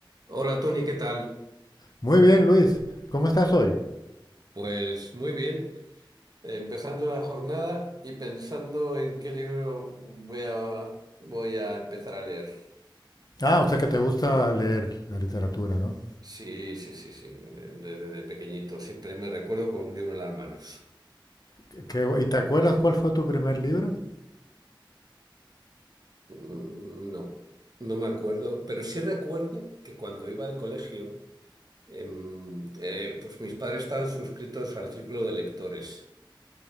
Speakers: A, on the right (about 50°); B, on the left (about 50°).
A: Hola Tony, ¿qué tal?
B: Muy bien, Luis. ¿Cómo estás hoy?
A: Pues muy bien, empezando la jornada y pensando en qué libro voy a, voy a empezar a leer.
B: Ah, o sea que te gusta leer la literatura, ¿no?
A: Sí, sí, sí, sí, de, de- de pequeñito siempre me recuerdo con un libro en las manos.
B: Qué- qué ¿y te acuerdas cuál fue tu primer libro?
A: Mm, No, no me acuerdo, pero sí recuerdo que cuando iba al colegio, em, eh, pues mis padres estaban suscritos al círculo de lectores.